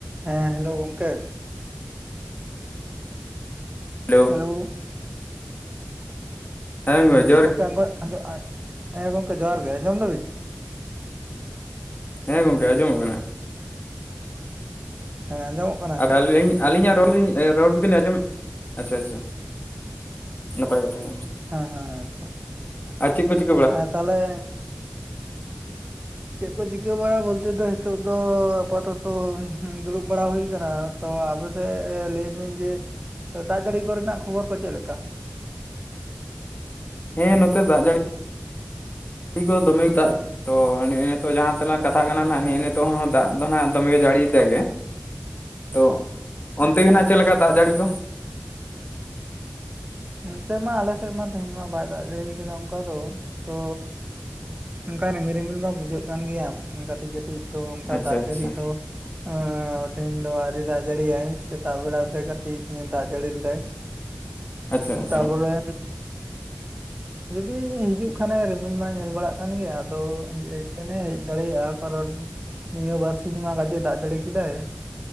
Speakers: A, on the right; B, on the left.
A: ᱦᱮᱸ ᱦᱮᱞᱳ ᱜᱚᱝᱠᱮ᱾
B: ᱦᱮᱞᱳ
A: <unintelligible>
B: <unintelligible>
A: ᱜᱚᱝᱠᱮᱸ ᱟᱹᱜᱚᱡ ᱟᱹᱧᱡᱚ ᱟᱭ ᱦᱮᱸ ᱜᱚᱝᱠᱮ ᱡᱚᱦᱟᱨ ᱜᱮ ᱟᱸᱡᱚᱢ ᱫᱟ ᱵᱤᱱ?
B: ᱦᱮᱸ ᱜᱚᱝᱠᱮ ᱟᱸᱡᱚᱢᱚᱜ ᱠᱟᱱᱟ᱾
A: ᱦᱮᱸ ᱟᱡᱚᱢᱚᱜ
B: ᱟᱫᱚ ᱟᱹᱧ ᱟᱹᱞᱤᱧᱟᱜ ᱨᱚᱲ ᱞᱤᱧ ᱨᱚᱲ ᱜᱮᱵᱤᱱ ᱟᱸᱡᱚᱢᱮᱜ ᱟᱪᱷᱟ ᱪᱷᱟ ᱱᱟᱯᱟᱭ ᱠᱟᱛᱷᱟ ᱜᱮ ᱾
A: ᱦᱮᱸ ᱦᱮᱸ ᱟᱪᱪᱷᱟ,
B: ᱟᱨ ᱪᱮ ᱠᱚ ᱪᱮᱠ
A: ᱟᱨ ᱛᱟᱦᱚᱞᱮ ᱪᱮᱫ ᱠᱚ ᱪᱤᱠᱟᱹ ᱵᱟᱲᱟ ᱵᱚᱞᱛᱮ ᱫᱚ ᱱᱤᱛᱚᱜ ᱫᱚ ᱟᱯᱟᱛᱚᱛᱚ ᱫᱩᱲᱩᱵ ᱵᱟᱲᱟ ᱦᱩᱭ ᱠᱟᱱᱟ ᱛᱚ ᱟᱯᱮᱥᱮᱜ ᱞᱟᱹᱭ ᱵᱤᱱ ᱡᱮ ᱫᱟᱜ ᱡᱟᱹᱲᱤ ᱠᱚᱨᱮᱱᱟᱜ ᱠᱷᱚᱵᱚᱨ ᱠᱚ ᱪᱮᱫ ᱞᱮᱠᱟ?
B: ᱦᱮᱸ ᱱᱚᱛᱮ ᱫᱟᱜ ᱡᱟᱹᱲᱤ <inaudible> ᱠᱚ ᱫᱚᱢᱮ ᱫᱟᱜ ᱛᱚ ᱱᱮᱜ ᱮ ᱱᱤᱛᱚᱜ ᱡᱟᱦᱟᱸ ᱛᱟᱞᱟᱝ ᱠᱟᱛᱷᱟ ᱠᱟᱱᱟ ᱱᱟᱦᱟᱸᱜ ᱱᱤᱭᱟᱹ
A: ᱦᱮᱸ
B: ᱱᱤᱛ ᱛᱚ ᱦᱚᱸ ᱫᱟᱜ ᱫᱚ ᱱᱟᱜ ᱫᱚᱢᱮ ᱜᱮ ᱡᱟᱹᱲᱤᱭ ᱛᱟᱦᱮᱸ ᱜᱮ, ᱛᱚ ᱚᱱᱛᱮ
A: ᱟᱪᱪᱷᱟ
B: ᱜᱮ ᱱᱦᱟᱜ ᱪᱮᱫ ᱞᱮᱠᱟ ᱫᱟᱜ ᱡᱟᱹᱲᱤ ᱠᱚ?
A: ᱱᱚᱛᱮ ᱢᱟ ᱟᱞᱮ ᱥᱮᱫ ᱢᱟ ᱛᱮᱦᱮᱧ ᱢᱟ ᱵᱟᱭ ᱫᱟᱜ ᱡᱟᱲᱤ ᱠᱟᱫᱟ ᱚᱱᱠᱟ ᱫᱚ, ᱛᱚ ᱚᱱᱠᱟ ᱨᱤᱢᱤᱞ ᱨᱤᱢᱤᱞ ᱢᱟ ᱵᱩᱡᱷᱟᱹᱜ ᱠᱟᱱ ᱜᱮᱭᱟ ᱠᱟᱹᱴᱤᱡ ᱠᱟᱹᱴᱤᱡ ᱛᱚ ᱚᱱᱠᱟ
B: ᱟᱪᱪᱷᱟ
A: ᱫᱟᱜ
B: ᱟᱪᱪᱷᱟ
A: ᱡᱟᱹᱲᱤ ᱫᱚ ᱦᱸ ᱛᱮᱦᱮᱧ ᱫᱚ ᱟᱹᱨᱤ ᱫᱟᱜ ᱡᱟᱹᱲᱤ ᱭᱟᱭ ᱥᱮᱛᱟᱜ ᱵᱮᱲᱟ ᱥᱮᱜ ᱠᱟᱹᱴᱤᱡ ᱫᱟᱜ ᱡᱟᱹᱲᱤ ᱞᱮ ᱫᱟᱭ
B: ᱟᱪᱪᱷᱟ ᱟᱪᱪᱷᱟ
A: ᱛᱟᱯᱚᱨᱮ ᱡᱩᱫᱤ ᱦᱤᱡᱩᱜ ᱠᱷᱟᱱᱮ ᱨᱤᱢᱤᱞ ᱢᱟ ᱧᱮᱞ ᱵᱟᱲᱟᱜ ᱠᱟᱱ ᱜᱮᱭᱟ, ᱟᱫᱚ ᱦᱮᱡ ᱠᱷᱟᱱᱮ ᱦᱮᱡ ᱫᱟᱲᱮᱭᱟᱜᱼᱟ ᱠᱟᱨᱚᱱ ᱱᱤᱭᱟᱹ ᱵᱟᱹᱨᱥᱤᱧ ᱢᱟ ᱠᱟᱡᱮ ᱫᱟᱜ ᱡᱟᱹᱲᱤ ᱠᱮᱫᱟᱭ,